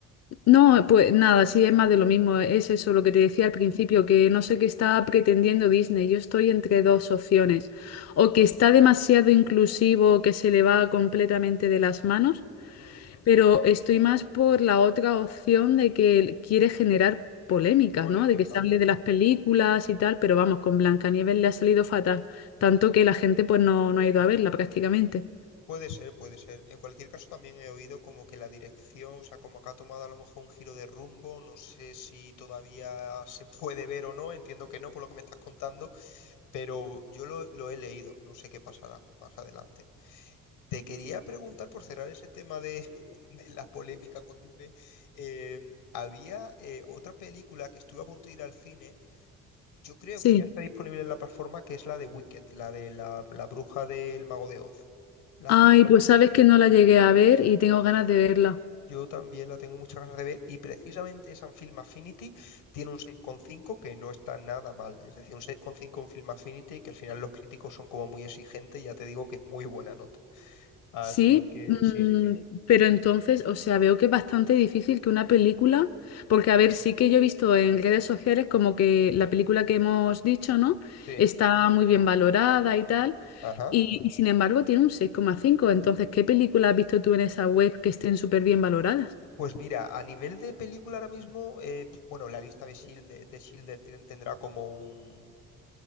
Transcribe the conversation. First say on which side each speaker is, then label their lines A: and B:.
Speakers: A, on the left (about 45°); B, on the left (about 80°).
A: No, pues nada, sí, es más de lo mismo. Es eso lo que te decía al principio, que no sé qué está pretendiendo Disney. Yo estoy entre dos opciones. O que está demasiado inclusivo, que se le va completamente de las manos,
B: Ujú.
A: pero estoy más por la otra opción de que quiere generar polémicas,
B: Polémica,
A: ¿no? De que se hable
B: bueno.
A: de las películas y tal, pero vamos, con Blancanieves le ha salido fatal, tanto que la gente pues no, no ha ido a verla prácticamente.
B: Puede ser, puede ser. En cualquier caso, también he oído como que la dirección, o sea, como que ha tomado a lo mejor un giro de rumbo. No sé si todavía se puede ver o no. Entiendo que no, por lo que me estás contando, pero yo lo, lo he leído. No sé qué pasará más adelante. Te quería preguntar, por cerrar ese tema de, <laughs> de la polémica con Disney, eh, había eh, otra película que estuve a punto de ir al cine Yo creo
A: Sí.
B: que ya está disponible en la plataforma que es la de Wicked, la de la, la bruja del mago de Oz. ¿La
A: Ay,
B: has visto?
A: pues sabes que no la llegué a ver y tengo ganas de verla.
B: Yo también la tengo muchas ganas de ver y precisamente esa en Film Affinity tiene un seis coma cinco que no está nada mal. Es decir, un seis coma cinco en Film Affinity que al final los críticos son como muy exigentes, ya te digo que es muy buena nota. Así
A: Sí,
B: que
A: mm,
B: sí, sí, sí.
A: pero entonces, o sea, veo que es bastante difícil que una película, porque a ver, sí que yo he visto en redes sociales como que la película que hemos dicho, ¿no?
B: Sí.
A: Está muy bien valorada y tal,
B: Ajá.
A: y, y sin embargo tiene un seis coma cinco. Entonces, ¿qué película has visto tú en esa web que estén súper bien valoradas?
B: Pues mira, a nivel de película ahora mismo, eh, p- bueno, la lista de Shield, de, de Schindler tiene- tendrá como un